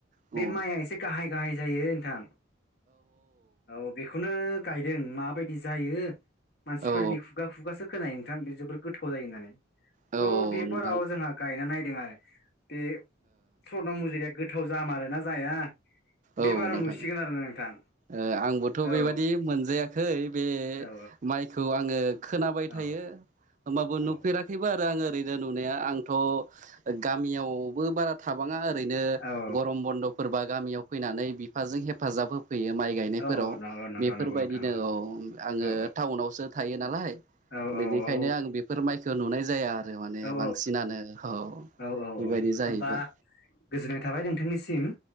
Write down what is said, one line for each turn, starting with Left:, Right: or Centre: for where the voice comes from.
Right: औ
Left: बे माइआ एसे गाहाय गाहाय जायो नोंथां <inaudible> औ बेखौनो गायदों माबायदि जायो मानसिफोरनि
Right: औ
Left: खुगा खुगासो खोनायो थां बि जबोर गोथाव जायो होननानै
Right: औ
Left: स' बिबाराव
Right: नोंथां
Left: जोंहा गायना नायदों आरो। बे स्वर्न मुजुरिया गोथाव जामारोना जाया।
Right: औ
Left: बेबाराव
Right: नोंथां,
Left: नुसिगोन आरो नोंथां
Right: ओ आंबोथ'
Left: औ
Right: बेबादि मोनजाया खै बे
Left: औ
Right: माइखौ आङो खोनाबाय
Left: औ
Right: थायो। होमबाबो
Left: औ
Right: नुफेराखैबो आरो आं ओरैनो नुनाया आंथ' गामियाव बो बारा थाबाङा ओरैनो
Left: औ
Right: गरम बन्द'फोरबा गामियाव फैनानै बिफाजों हेफाजाब होफ फैयो माइ गायनायफोराव
Left: औ औ नंगौ नंगौ
Right: बेफोरबायदिनो
Left: नंगौ नोंथां
Right: औ आङो
Left: औ
Right: टाउनावसो थायो नालाय।
Left: औ औ
Right: बेनिखायनो
Left: औ
Right: आं बेफोर माइखो नुनाय जाया आरो माने
Left: औ
Right: बांसिनानो औ
Left: औ औ
Right: बेबायदि जाहैबाय।
Left: होमबा गोजोननाय थाबाय नोंथांनिसिम।